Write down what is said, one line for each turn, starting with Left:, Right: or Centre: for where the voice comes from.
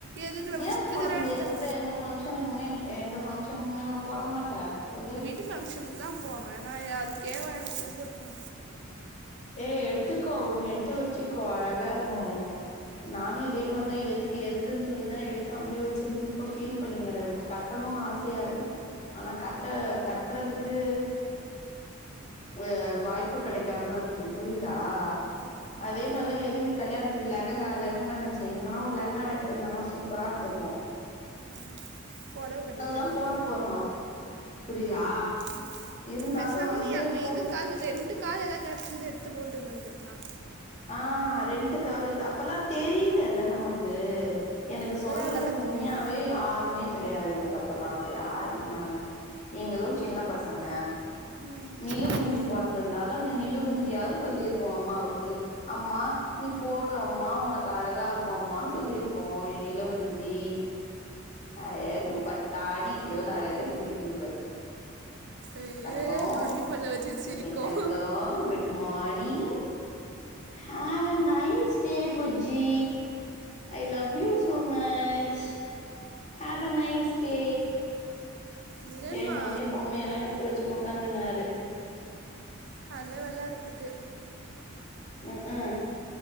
Right: எதுக்கு நம்ம
Left: ஏ
Right: சுடிதாரே
Left: போட முடியாதுக்கு
Right: எடுத் தர
Left: அப்புறோ எந்த ஃபங்க்ஷனுக்குமே எந்த ஃபங்க்ஷனுக்குமேவா போட மாட்ட சொல்லு
Right: வுட்டு ஃபங்க்ஷனுக்கு தா போவே நா அதுக்கே வா எல்லாத்துக்கு போட்டுப்ப
Left: ஏ எடுத்துக்கோ ஒன்னு எடுத்து வச்சிக்கோ அழகா இருக்கு நானு இதே மாரிதா எது எதுக்குன் சொல்லி தா எடுக்காமலே வச்சிருந்து இப்ப ஃபீல் பண்ணி கெடக்கற இப்ப கட்டணுனு ஆசையா இருக்கு ஆனா கட்ட கட்டறதுக்கு வெ வாய்ப்பு கெடைக்காம இருக்கு புரியுதா
Right: ம்,
Left: அதே மாரிதா எதுக்கு கல்யாண்த்துக்கு லெகங்கா லெகங்கானாச்சு எங்கன்னா ஒரு லெகங்கா எடுத்திருந்தனா சூப் பரா இருந்துருக்கு
Right: ஆமா பொடவ கட்டிட்
Left: தா
Right: வர்ல
Left: போட போறோ புரியுதா
Right: ம்
Left: இருந்தாலு
Right: பேசாம
Left: வன்ட்டு
Right: நீ அப்ப
Left: போ
Right: இதுக்காது ரென்ட்டு காது ஏதாவது கெடச்சிந்து எடுத்து போட்டு இருந்துருந்துக்லா
Left: ஆ ரென்ட் காவது அப்பல்ல தெரியல இல்ல நமக்கு எனக்கு
Right: இப்போ
Left: சொல்றதுக்கு
Right: தான் அதெல்லாம் தெரியுது
Left: உண்மயாவே யாருமே கெடையாது எனக் அப்பலா யாரு இருந்தாக நீங்களு சின்ன பசங்க
Right: ம்
Left: நிலுகுஞ்சி
Right: ம்
Left: பொறந்திர்ந்தாலு அந்த நிலுகுஞ்சியாவது சொல்லிருக்கு அம்மாவுக்கு அம்மா நீ போடு அம்மா உனக்கு அழகா இருக்கு அம்மானு சொல்லிருக்கு எ நிலு குஞ்சி அழகு பட்டாணி எவ்ளோ அழகா சிரிக்குது பார்
Right: ஐயே
Left: தங்கோ
Right: நுண்ணி பல்ல வச்சு சிரிக்கும்
Left: எ தங்கோ குட் மானிங் have nice day புஜ்ஜீ I love you so much have nice day
Right: நிலன்மா
Left: எழுந்த ஒன்னே பொம்மயலா எடுத்து வச்சுன் உக்காந்துனாரு
Right: கால்யே வெளாரத்துக்கு
Left: ம்க்ம்